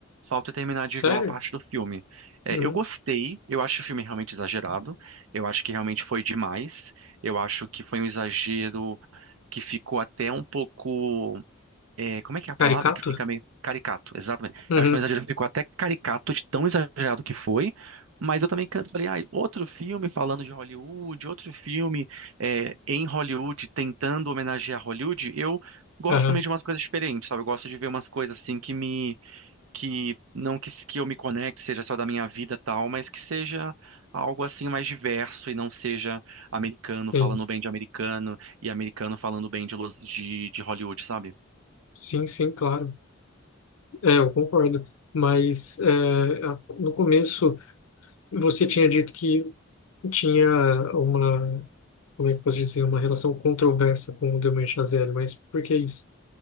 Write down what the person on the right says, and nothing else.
Falta eu terminar
de ver uma parte do filme. É,
eu gostei, eu acho o filme realmente exagerado, eu acho que realmente foi demais, eu acho que foi um exagero que ficou até um pouco é, como é que é a palavra
que fica meio caricato, exatamente.
Eu acho que foi um exagero, que ficou até caricato de tão exagerado que foi, mas eu também can- falei, ah, outro filme falando de Hollywood, outro filme é, em Hollywood tentando homenagear Hollywood, eu gosto
também de umas coisas diferentes, sabe? Eu gosto de ver umas coisas assim que me, que não que, que eu me conecte, seja só da minha vida e tal, mas que seja algo assim mais diverso e não seja americano
falando bem de americano e americano falando bem de, Los- de de Hollywood, sabe?